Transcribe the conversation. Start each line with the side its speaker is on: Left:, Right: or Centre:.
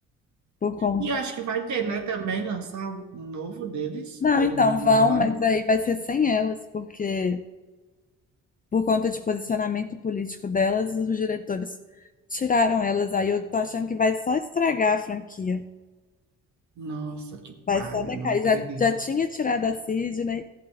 Left: Por conta
Right: E eu acho que vai ter, né, também lançar um novo deles,
Left: Não,
Right: todo
Left: então
Right: mu-
Left: vão,
Right: no pânico.
Left: mas aí vai ser sem elas, porque por conta de posicionamento político delas, os diretores tiraram elas. Aí eu tô achando que vai só estragar a franquia.
Right: Nossa, que
Left: Vai
Right: paia,
Left: só decair.
Right: não acredito.
Left: Já, já tinha tirado a Sidney,